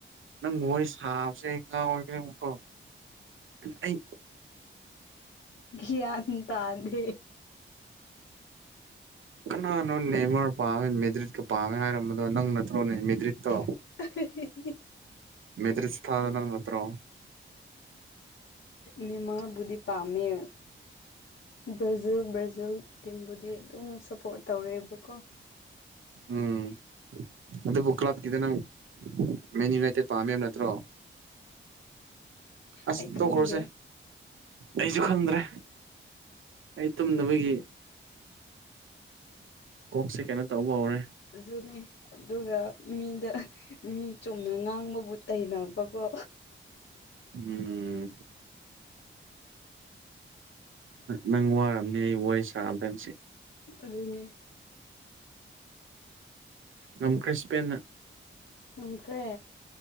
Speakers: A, on the right; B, on the left.
A: ꯅꯪ ꯋꯥꯔꯤ ꯁꯥꯕꯁꯦ ꯑꯩ ꯉꯥꯎ ꯑꯣꯏꯈꯅꯦꯕꯀꯣ ꯑꯩ
B: ꯌꯥꯟ ꯇꯥꯥꯟꯗꯦ
A: ꯅ ꯅ ꯅꯦꯃꯣꯟꯅ ꯄꯥꯝꯃꯦ ꯃꯦꯗ꯭ꯔꯤꯠꯀ ꯄꯥꯝꯃꯦ ꯍꯥꯏꯔꯝꯕꯗꯣ ꯅꯪ ꯅꯠꯇ꯭ꯔꯣꯅꯦ ꯃꯦꯗ꯭ꯔꯤꯠꯇꯣ
B: <unintelligible>
A: ꯃꯦꯇꯔꯤ ꯁꯥꯗꯅ ꯃꯥꯠꯇꯣ
B: ꯃꯤꯃꯕꯨꯗꯤ ꯄꯝꯦ ꯕ꯭ꯔꯥꯖꯤꯜ ꯕ꯭ꯔꯥꯖꯤꯜ ꯇꯤꯝꯕꯨꯗꯤ ꯑꯗꯨꯝ ꯁꯞꯄꯣꯔꯠ ꯇꯧꯔꯦꯕꯀꯣ
A: ꯎꯝ ꯑꯗꯨꯕꯨ ꯀ꯭ꯂꯕꯀꯤꯗ ꯅꯪ ꯃꯦꯟ ꯌꯨꯅꯥꯏꯇꯦꯠ ꯄꯥꯝꯃꯦꯕ ꯅꯠꯇ꯭ꯔꯣ ꯑꯁ
B: ꯑꯩ ꯈꯪꯗꯦ
A: ꯇꯣꯛꯈ꯭ꯔꯣꯁꯦ ꯑꯩꯁꯨ ꯈꯪꯗ꯭ꯔꯦ ꯑꯩ ꯇꯨꯝꯅꯕꯒꯤ ꯑꯩ ꯀꯣꯛꯁꯦ ꯀꯩꯅꯣ ꯇꯧꯕ ꯍꯧꯔꯦ
B: ꯑꯗꯨꯅꯦ ꯑꯗꯨꯒ ꯃꯤꯗ ꯃꯤ ꯆꯨꯝꯅ ꯉꯥꯡꯕꯕꯨ ꯇꯩꯅꯕꯀꯣ
A: ꯎꯝ ꯅꯪ ꯋꯥꯔꯝꯅꯤ ꯑꯩ ꯋꯥꯔꯤ ꯁꯥꯝꯗꯪꯁꯦ
B: ꯑꯗꯨꯅꯦ
A: ꯅꯝ ꯀ꯭ꯔꯤꯁꯄꯦꯟꯅ
B: ꯎꯈ꯭ꯔꯦ